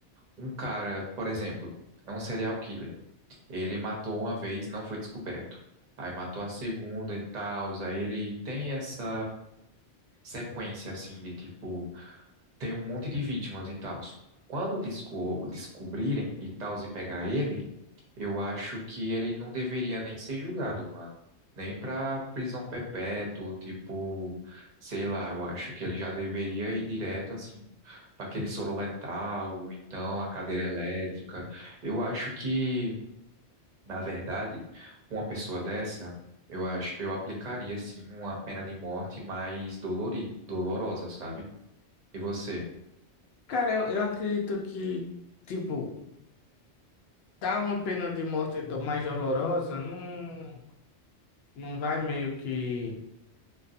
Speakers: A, on the right (about 45°); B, on the left (about 65°).
A: um cara, por exemplo, é um serial killer, ele matou uma vez, não foi descoberto. Aí matou a segunda e tal, aí ele tem essa sequência, assim, de tipo, tem um monte de vítimas e tal. Quando desco- descobrirem e tal, e pegar ele. Eu acho que ele não deveria nem ser julgado, mano. Nem pra prisão perpétua, tipo, sei lá, eu acho que ele já deveria ir direto, assim, pra aquele soro letal, ou então a cadeira elétrica. Eu acho que, na verdade, uma pessoa dessa, eu acho, eu aplicaria, assim uma pena de morte mais dolorida, dolorosa, sabe? E você?
B: Cara, eu, eu acredito que, tipo, dar uma pena de morte do- mais dolorosa não, não vai meio que